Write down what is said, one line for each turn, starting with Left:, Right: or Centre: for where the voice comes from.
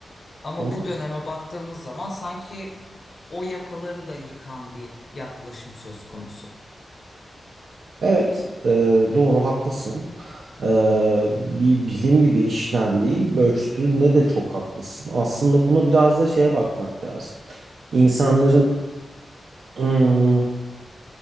Left: Ama
Right: Hı.
Left: bu döneme baktığımız zaman sanki o yapıları da yıkan bir yaklaşım söz konusu.
Right: Evet, e, doğru haklısın. E, bir bilim gibi işlendiği, ölçtüğünde de çok haklısın. Aslında bunu biraz da şeye bakmak lazım. İnsanların ım,